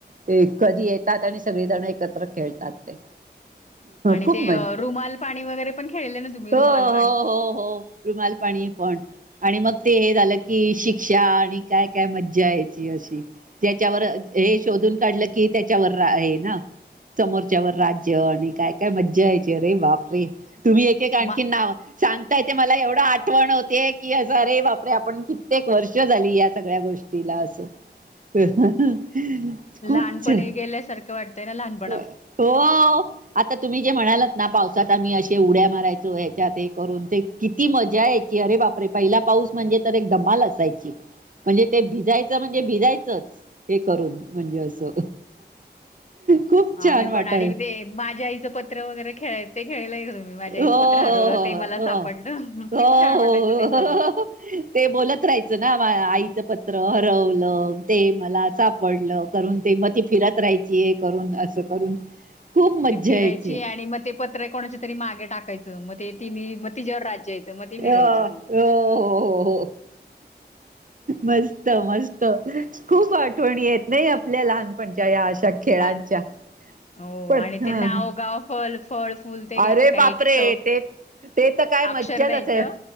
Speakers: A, on the right; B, on the left.
A: ते कधी येतात आणि सगळी जण एकत्र खेळतात ते
B: आणि
A: खुप
B: ते अ,
A: मज्जा
B: रुमाल पाणी वगैरे पण खेळले ना तुम्ही रुमाल
A: हो
B: पाणी
A: हो हो रुमाल पाणी पण आणि मग ते हे झालं की शिक्षा आणि काय काय मज्जा यायची अशी त्याच्यावर हे शोधून काढलं की त्याच्यावर आहे ना समोरच्यावर राज्य आणि काय काय मज्जा यायची अरे बापरे तुम्ही एक एक आणखी
B: बा
A: नाव सांगताये ते मला एवढं आठवण होतीये की अरे बापरे आपण कित्येक वर्ष झाली या सगळ्या गोष्टीला असं. <unintelligible>
B: लहानपणी
A: छान
B: गेल्यासारंख वाटतंय ना लहानप
A: हो. आता तुम्ही जे म्हणालत ना पावसात आम्ही असे उड्या मारायचो ह्याच्यात हे करून ते किती मज्जा यायची अरे बापरे पहिला पाऊस म्हणजे तर एक धमाल असायची. म्हणजे ते भिजायचं म्हणजे भिजायचंच. हे करून म्हणजे असं खूप छान
B: आम्ही
A: वाटाय
B: पण आणि ते माझ्या आईचं पत्र वगैरे खेळायच ते खेळलंय का तुम्ही माझ्या
A: हो
B: आईचं
A: हो
B: पत्र हरवलं ते मला सापडलं
A: हो
B: किती छान
A: हो
B: वाटयचं ते
A: हो
B: पण
A: ते बोलत राहायचं ना आईचं पत्र हरवलं ते मला साप पडलं करून ते म ती फिरत राहायची हे करून असं करून
B: <inaudible>
A: खूप मज्जा
B: ती फिरायची
A: यायची
B: आणि मग ते पत्र कोणाच्या तरी मागे टाकायचं म ते तिनी म तिच्यावर राज्य मग ती
A: अ
B: फिरायची मग.
A: हो हो हो. मस्त मस्त खूप आठवणी हेत नाही आपल्या लहानपणच्या या अशा त्या खेळांच्या
B: लहान हो
A: पण
B: आणि
A: ह
B: ते नाव, गाव, फल फळ फूल ते घ्यायचं
A: अरे
B: काय
A: बापरे
B: एकस
A: ते ते तर काय मज्जाच
B: अक्षर द्यायचं
A: असेल